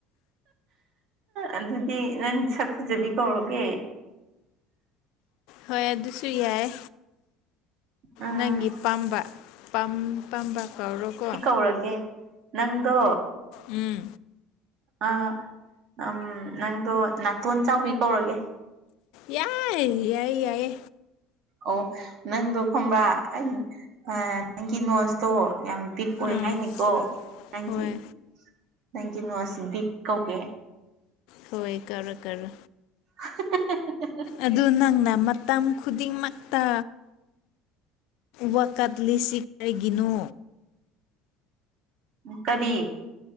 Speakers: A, on the right (about 45°); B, on the left (about 55°).
A: ꯑꯗꯨꯗꯤ ꯅꯪ ꯁꯛ ꯐꯨꯖꯕꯤ ꯀꯧꯔꯒꯦ꯫
B: ꯍꯣꯏ ꯑꯗꯨꯁꯨ ꯌꯥꯏ꯫
A: ꯑꯥ
B: ꯅꯪꯒꯤ ꯄꯥꯝꯕ ꯄꯥꯝꯕ ꯀꯧꯔꯣꯀꯣ꯫
A: ꯀꯧꯔꯥꯛꯀꯦ꯫ ꯅꯪꯗꯣ꯫
B: ꯎꯝ꯫
A: ꯑ ꯎ ꯅꯪꯗꯣ ꯅꯥꯇꯣꯟ ꯆꯥꯎꯕꯤ ꯀꯧꯔꯒꯦ꯫
B: ꯌꯥꯏ ꯌꯥꯏ ꯌꯥꯏꯌꯦ꯫
A: ꯑꯣ ꯅꯪꯗꯣ ꯈꯪꯕꯥ꯭ꯔ ꯑꯩ ꯑ꯫ ꯅꯪꯒꯤ ꯅꯣꯁꯇꯣ ꯌꯥꯝ ꯕꯤꯛ ꯑꯣꯏ
B: ꯎꯝ
A: ꯍꯥꯏꯅꯤꯀꯣ ꯅꯪꯒꯤ꯫
B: ꯍꯣꯏ
A: ꯅꯪꯒꯤ ꯅꯣꯠꯁ ꯕꯤꯛ ꯀꯧꯒꯦ꯫
B: ꯍꯣꯏ ꯀꯧꯔꯣ ꯀꯧꯔꯣ꯫
A: <unintelligible>
B: ꯑꯗꯨ ꯅꯪꯅ ꯃꯇꯝ ꯈꯨꯗꯤꯡꯃꯛꯇ꯫ ꯋꯥ ꯀꯠꯂꯤꯁꯤ ꯀꯔꯤꯒꯤꯅꯣ꯫
A: ꯀꯔꯤ꯫